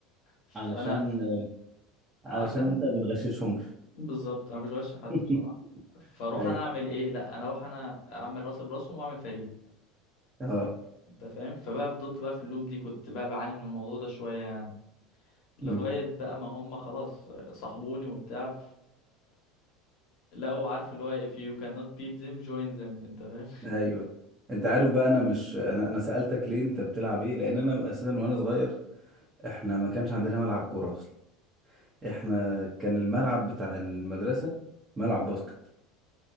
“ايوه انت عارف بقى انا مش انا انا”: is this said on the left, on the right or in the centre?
Right